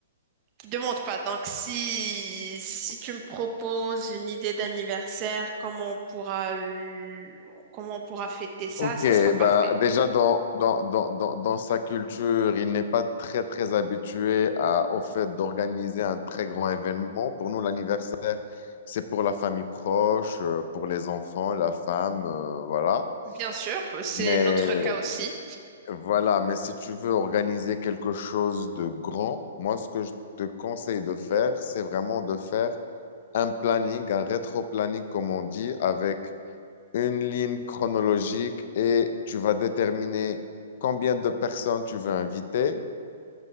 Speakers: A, on the right (about 25°); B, on the left (about 50°).
A: qui demande pas. Donc si si tu me proposes une idée d'anniversaire, comment on pourra l- comment on pourra fêter ça,
B: Ok,
A: ça sera parfait.
B: bah déjà dans, dans, dans, dans, dans sa culture, il n'est pas très très habitué à, au fait d'organiser un très grand événement. Pour nous, l'anniversaire, c'est pour la famille proche, euh, pour les enfants, la femme, euh, voilà.
A: Bien sûr, c'est
B: Mais
A: notre cas aussi.
B: voilà, mais si tu veux organiser quelque chose de grand, moi, ce que je te conseille de faire, c'est vraiment de faire un planning, un rétro-planning, comme on dit, avec une ligne chronologique et tu vas déterminer combien de personnes tu veux inviter.